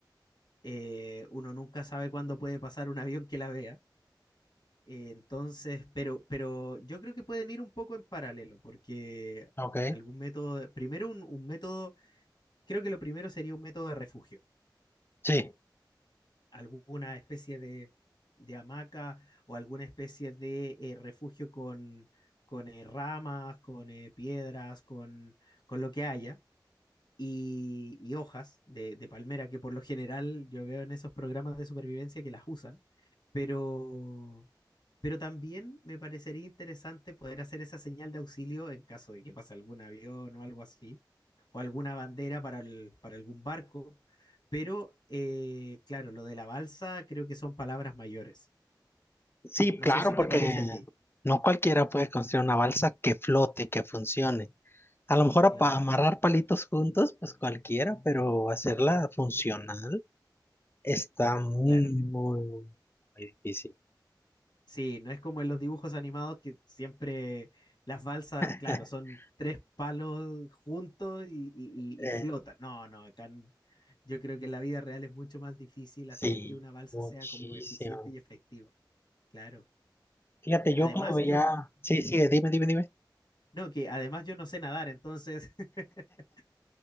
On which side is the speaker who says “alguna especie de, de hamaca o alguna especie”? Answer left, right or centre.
Left